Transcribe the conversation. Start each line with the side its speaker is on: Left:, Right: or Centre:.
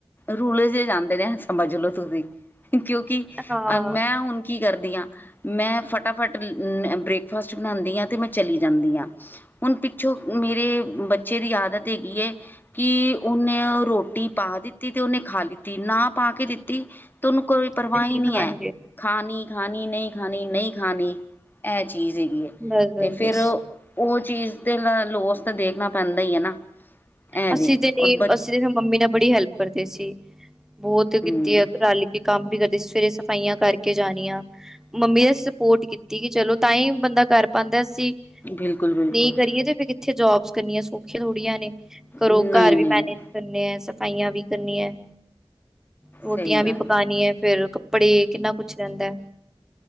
Left: ਰੂਲ ਜ਼ੇ ਜਾਂਦੇ ਨੇ ਸਮਝ ਲੋ ਤੁਸੀਂ ਕਿਉਂਕਿ
Centre: ਹਾਂ
Left: ਅ ਮੈਂ ਹੁਣ ਕੀ ਕਰਦੀ ਆਂ, ਮੈਂ ਫਟਾਫਟ ਬ੍ਰੇਕਫਾਸਟ ਬਣਾਉਂਦੀ ਆਂ, ਤੇ ਮੈਂ ਚਲੀ ਜਾਂਦੀ ਆਂ। ਹੁਣ ਪਿੱਛੋਂ ਮੇਰੇ ਬੱਚੇ ਦੀ ਆਦਤ ਹੈਗੀ ਏ। ਕਿ ਉਹਨੇ ਰੋਟੀ ਪਾ ਦਿੱਤੀ ਤੇ ਉਹਨੇ ਖਾ ਲਿੱਤੀ ਨਾ ਪਾ ਕੇ ਦਿੱਤੀ ਤੇ ੳਨੂੰ ਕੋਈ ਪਰਵਾਹ
Centre: ਤੇ
Left: ਈ ਨਹੀਂ
Centre: ਖਾਣਗੇ
Left: ੲੈ, ਖਾਣੀ ਖਾਣੀ ਨਹੀਂ ਖਾਣੀ ਨਹੀਂ ਖਾਣੀ। ਇਹ ਚੀਜ਼ ਹੈਗੀ ਏ,
Centre: ਬਸ-ਬਸ-ਬਸ
Left: ਤੇ ਫਿਰ ਉਹ ਚੀਜ਼ ਤੇ ਲੋਸ ਤਾਂ ਦੇਖਣਾ ਪੈਂਦਾ ਈ ਏ ਨਾ। ਐ
Centre: ਅਸੀਂ
Left: ਵੀ
Centre: ਤੇ ਨੀ
Left: ਔਰ ਬ
Centre: ਅਸੀਂ ਤੇ ਫੇਰ ਮੰਮੀ ਨਾਲ ਬੜੀ ਹੈਲਪ ਕਰਦੇ ਸੀ, ਬਹੁਤ
Left: ਹਮ
Centre: ਕੀਤੀ ਆ ਰਲ ਕੇ ਕੰਮ ਵੀ ਕਰਦੇ ਸੀ, ਸਵੇਰੇ ਸਫ਼ਾਈਆਂ ਕਰਕੇ ਜਾਣੀਆਂ। ਮੰਮੀ ਦਾ ਸਪੋਰਟ ਕੀਤੀ, ਕਿ ਚਲੋ ਤਾਂ ਹੀ ਬੰਦਾ ਕਰ ਪਾਉਂਦਾ ਅਸੀ
Left: ਬਿਲਕੁਲ ਬਿਲਕੁਲ
Centre: ਨਹੀਂ ਕਰੀਏ ਤੇ ਫਿਰ ਕਿੱਥੇ ਜੋਬਸ ਕਰਨੀਆਂ ਸੌਖੀਆਂ ਥੋੜੀਆਂ ਨੇ। ਘਰੋ
Left: ਨਹੀਂ
Centre: ਘਰ
Left: ਨਹੀਂ
Centre: ਵੀ ਮੈਨੇਜ
Left: ਨਹੀਂ
Centre: ਕਰਨੇ ਏ, ਸਫਾਈਆਂ ਵੀ ਕਰਨੀਆਂ ਏ। ਰੋਟੀਆਂ
Left: ਸਹੀ ਗੱਲ
Centre: ਵੀ ਪਕਾਨੀਆਂ
Left: ਹੈ
Centre: ਏ ਫੇਰ ਕੱਪੜੇ ਕਿੰਨਾ ਕੁਛ ਰਹਿੰਦਾ ਏ।